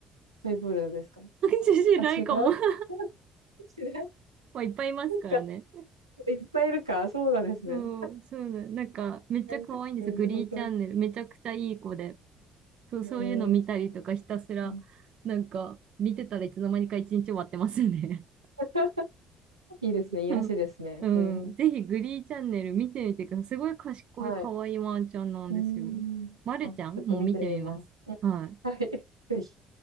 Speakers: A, on the right (about 85°); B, on the right (about 45°).
A: トイプードルですか
B: 知らないかも。
A: あ、違う
B: <laughs>
A: <laughs> 違う。な
B: まあ、いっぱいいますからね。
A: んか、いっぱいいるか。そうなんですね。
B: そう、そうな、なんか、めっちゃ可愛いんですよ。
A: なんか、どういうこと
B: グリーチャンネル。めちゃくちゃいい子で。そう、そういうの見たりとか、
A: えー、
B: ひたすら、
A: うん
B: なんか、見てたらいつの間にか一日終わってますね。
A: <laughs> いいですね。癒しですね。
B: うん。うんぜひグリーチャンネル見てみてください。
A: うんうん。
B: すごい賢い可愛いワンちゃんなんですよ。
A: はい。うーん。
B: まるちゃんも見てみます。
A: あ、ちょっと見てみます。
B: はい。
A: はい。ぜひ。